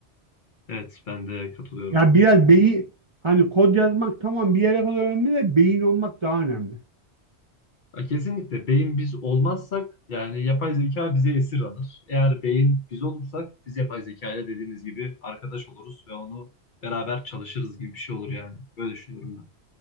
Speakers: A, on the left; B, on the right.
A: Evet, ben de katılıyorum
B: Ya
A: buna.
B: biraz beyin hani kod yazmak tamam bir yere kadar önemli de beyin olmak daha önemli.
A: Ya Kesinlikle beyin biz olmazsak yani yapay zeka bize esir alır. Eğer beyin biz olursak biz yapay zeka ile dediğiniz gibi arkadaş oluruz ve onu beraber çalışırız gibi bir şey olur yani. Böyle düşünüyorum ben.